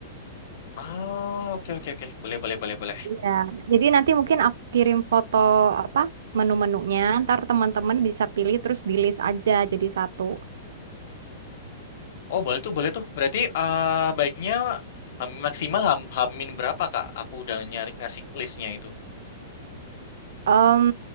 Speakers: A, on the left (about 50°); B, on the right (about 75°).
A: Oh, oke oke oke. Boleh boleh boleh boleh.
B: Iya, jadi nanti mungkin aku kirim foto apa menu-menunya, ntar teman-teman bisa pilih terus di list aja jadi satu.
A: Oh, boleh tuh, boleh tuh. Berarti eh, baiknya eh, maksimal ham, hamin berapa, Kak? Aku udah nyari ngasih listnya itu.
B: Em,